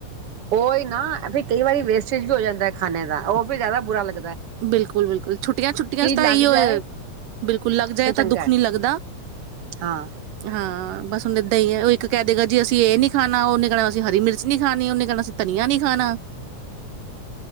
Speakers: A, on the right; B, on the right.
A: ਉਹੀ ਨਾ ਕਈ ਵਾਰੀ ਵੇਸਟੇਜ ਵੀ ਹੋ ਜਾਂਦਾ ਖਾੇ ਦਾ ਉਹ ਵੀ ਜ਼ਿਆਦਾ ਬੁਰਾ ਲੱ
B: ਬਿਲਕੁਲ ਬਿਲਕੁਲ ਛੁੱਟੀਆਂ ਛੁੱਟੀਆਂ ਤਾਂ
A: ਲੱਗ
B: ਇਓ
A: ਜਾਏ
B: ਬਿਲਕੁਲ ਲੱਗ ਜਾਏ
A: ਤੇ ਚੰਗਾ
B: ਤਾਂ ਦੁੱਖ
A: ਹੈ
B: ਨ ਲੱਗਦਾ
A: ਹਾਂ
B: ਹਾਂ ਬਸ ਹੁਦੇ ਦਹੀਂ ਉਹ ਇੱਕ ਕਹਿ ਦੇਗਾ ਜੀ ਅਸੀਂ ਇਹ ਨੀ ਖਾਣਾ ਉਹ ਨੀ ਖਾਣਾ ਅਸੀਂ ਹਰੀ ਮਿਰ ਨੀ ਖਾਣੀ ਉਹਨੇ ਕਹਿਣਾ ਸੀ ਧਨੀਆ ਨੀ ਖਾਣਾ